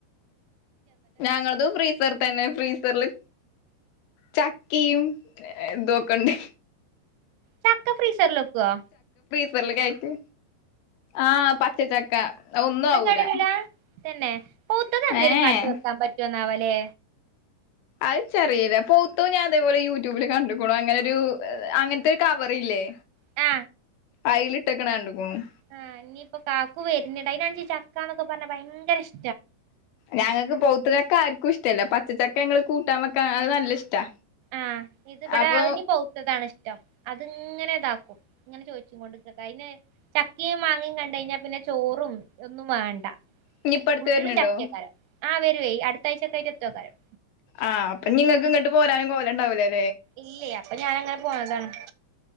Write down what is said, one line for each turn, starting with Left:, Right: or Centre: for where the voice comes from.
Left: ഞങ്ങളതു ഫ്രീസർ തന്നെ ഫ്രീസറില്. ചക്കിയും ദോക്കണ്ട്.
Right: ചാക്ക ഫ്രീസർലൊക്കോ.
Left: റിൽ കേറ്റി ആഹ പച്ചച്ചക്ക ഒന്നും
Right: എന്നാ
Left: ആവൂല.
Right: കേടരൂല തന്നെ പൗത്തത് എന്തേലും
Left: ഏഹ്
Right: കാട്ടി വെക്കാൻ പറ്റുമന്നാവല്ലേ.
Left: അത് ചെറയില്ല പൌത്തും ഞാൻ അതേപോലെ യൂട്യൂബില് കണ്ടക്കണു അങ്ങനെ ഒരു അങ്ങനത്തെ ഒരു കവർല്ലേ.
Right: ആ.
Left: അയിലിട്ടെക്കണ കണ്ട്ക്കണുന്ന്.
Right: ആഹ ഇനിയിപ്പൊ കാക്കു വരുന്നണ്ട്‌ അതിനാണെങ്കി ചക്കാന്നൊക്കെ പറഞ്ഞ ഭയങ്കര ഇഷ്ട.
Left: ഞങ്ങൾക്ക് പൗത്ത ചക്ക ആർക്കും ഇഷ്ടമല്ല പച്ചചക്ക ഞങ്ങള് കൂട്ടാൻ വെക്കാ അത് നല്ല ഇഷ്ടാ.
Right: ആഹ് ഇതിവിടെ
Left: അപ്പൊ
Right: ഞ്ഞഞ് പൗത്തതാണ ഇഷ്ടം. അത്ങ്ങനെ ഇതാക്കും ഇങ്ങനെ ചോദിച്ചും കൊണ്ട് ങ്ങനെ അയ്ന് ചക്കിയും മാങ്ങിയയും കണ്ട കഴിഞ്ഞാ പിന്നെ. ചോറും ഒന്നും മേണ്ട
Left: ഇനിയിപ്പ അടുത്ത്
Right: ഫുള്ള്
Left: വര്ന്ണ്ടോ
Right: ചട്കെയ്ക്കനേരം. ആ് വരുവേ അടുത്താഴ്ചകായിട്ട് ത്തേയ്ക്ക്കാരം.
Left: ആഹ് അപ്പം ഇനി ങ്ങൾക്ക് ഇങ്ങോട്ട് പോരാനും പോലണ്ടാവൂലലെ.
Right: ഇല്ലേ അപ്പൊ ഞാന അങ്ങനെ പോണതാണ്.